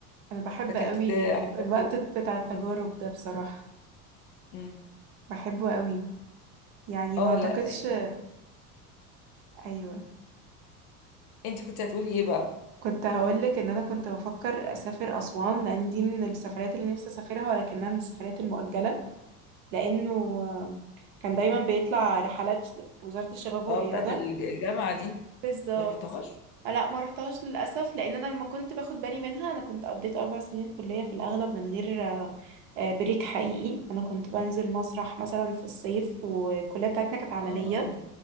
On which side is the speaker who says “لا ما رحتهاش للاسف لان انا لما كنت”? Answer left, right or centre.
Right